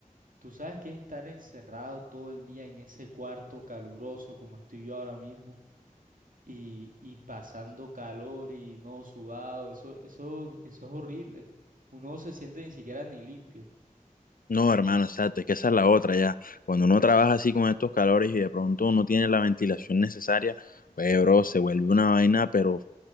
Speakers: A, on the right; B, on the left.
A: Tú sabes que es estar encerrado todo el día en ese cuarto caluroso como estoy yo ahora mismo y, y pasando calor y no sudado, eso, eso, eso es horrible. Uno no se siente ni siquiera ni limpio. <laughs>
B: No, hermano, exacto, es que esa es la otra ya. Cuando uno trabaja así con estos calores y de pronto no tiene la ventilación necesaria, pues, bro, se vuelve una vaina, pero